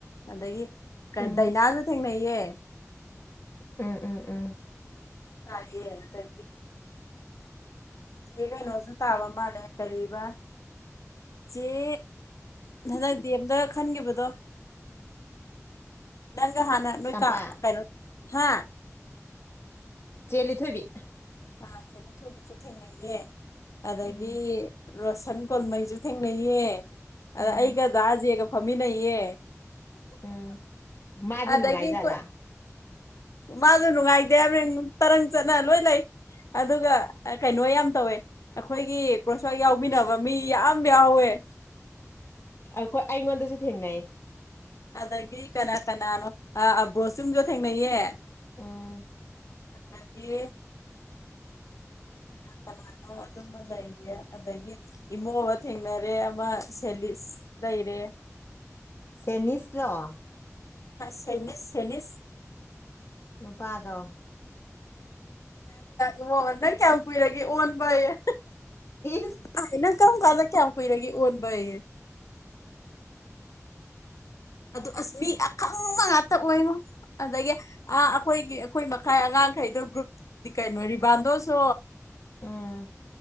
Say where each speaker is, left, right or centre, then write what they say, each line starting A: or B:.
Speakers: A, on the left (about 70°); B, on the left (about 55°).
A: ꯑꯗꯒꯤ ꯀ
B: ꯎꯝ
A: ꯗꯥꯏꯅꯥꯁꯨ ꯊꯦꯡꯅꯩ ꯌꯦ
B: ꯎꯝ ꯎꯝ ꯎꯝ
A: ꯀ ꯇ ꯆꯦ ꯀꯩꯅꯣꯁꯨ ꯇꯥꯕ ꯃꯥꯜꯂꯦ ꯀꯔꯤꯕ ꯁꯤꯦ ꯅꯗꯤꯗ ꯈꯟꯈꯤꯕꯗꯣ ꯅꯪꯒ ꯍꯥꯟꯅ ꯅꯣꯏ
B: ꯇꯝꯄꯥꯛ
A: ꯀꯩꯅꯣ ꯍ
B: ꯆꯦꯜꯂꯤ ꯊꯣꯏꯕꯤ
A: ꯑ ꯊꯨꯕꯤꯁꯨ ꯊꯦꯡꯅꯩꯌꯦꯦ ꯑꯗꯒꯤ
B: ꯎꯝ
A: ꯔꯣꯁꯟ ꯀꯣꯣꯟꯃꯩꯁꯨ ꯊꯦꯡꯅꯩꯌꯦ ꯑꯗ
B: ꯎꯝ
A: ꯑꯩꯒ ꯗꯥꯖꯦꯒ ꯐꯝꯃꯤꯟꯅꯩꯌꯦ
B: ꯎꯝ ꯃꯥꯗꯤ
A: ꯑꯗꯒꯤ
B: ꯅꯨꯅꯨꯡꯉꯥꯏꯖꯂ
A: ꯑꯩꯈꯣꯏ ꯃꯥꯁꯨ ꯅꯨꯡꯉꯥꯏꯇꯦ ꯑꯃꯡ ꯇꯔꯪ ꯆꯠꯅ ꯂꯣꯏ ꯂꯩ ꯑꯗꯨꯒ ꯀꯩꯅꯣ ꯌꯥꯝ ꯇꯧꯋꯦ ꯑꯩꯈꯣꯏꯒꯤ ꯀ꯭ꯔꯣꯁꯋꯥꯛ ꯌꯥꯎꯃꯤꯟꯅꯕ ꯃꯤ ꯌꯥꯝ ꯌꯥꯎꯍꯋ ꯍꯋꯦꯠ
B: ꯑꯩꯈꯣꯏ ꯑꯩꯉꯣꯟꯗꯁꯨ ꯊꯦꯡꯅꯩ
A: ꯑꯗꯒꯤ ꯀꯅꯥ ꯀꯅꯥꯅꯣ ꯑꯕ꯭ꯔꯣꯁꯤꯡꯨꯝꯁꯨ ꯊꯦꯡꯅꯩꯌꯦ
B: ꯎꯝ
A: ꯑꯗꯒꯤ <unintelligible> ꯑꯗꯨꯝꯕ ꯂꯩꯔꯦ ꯑꯗꯒꯤ ꯏꯃꯣꯕ ꯊꯦꯡꯅꯔꯦ ꯑꯃ ꯁꯦꯂꯤꯁ ꯂꯩꯔꯦ <unintelligible>
B: ꯁꯦꯅꯤꯁꯂꯣ
A: ꯁꯦꯅꯤꯁ ꯁꯦꯅꯤꯁ
B: ꯅꯨꯄꯥꯗꯣ
A: ꯃꯃꯟ ꯅꯪ ꯀꯌꯥꯝ ꯀꯨꯏꯔꯒꯦ ꯑꯣꯟꯕꯥꯏ
B: ꯏꯁ
A: ꯑꯩꯅꯪ ꯀꯔꯝ ꯀꯥꯟꯗ ꯀꯌꯥꯝ ꯀꯨꯏꯔꯒꯦ ꯑꯣꯟꯕ ꯌꯦꯅꯔ ꯑꯗꯨ ꯑꯁ ꯃꯤ ꯑꯈꯪꯕ ꯉꯥꯛꯇ ꯑꯣꯏꯅꯣ ꯑꯗꯒꯤ ꯑ ꯑꯩꯈꯣꯏꯒꯤ ꯑꯩꯈꯣꯏ ꯈꯥꯏ ꯑꯉꯥꯡꯈꯩꯗꯣ ꯒ꯭ꯔꯨꯞꯗꯤ ꯀꯩꯅꯣ ꯔꯤꯕꯥꯟꯗꯣꯁꯨ
B: ꯎꯝ